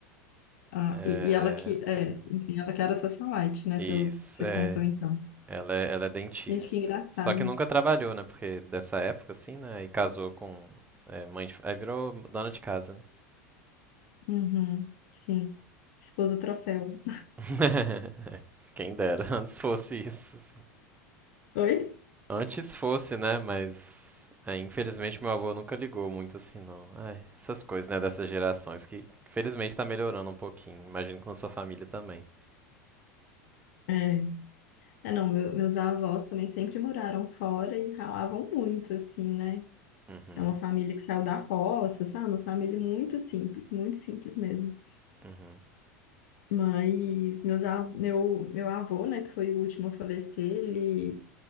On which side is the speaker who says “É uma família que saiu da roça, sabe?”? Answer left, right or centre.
Left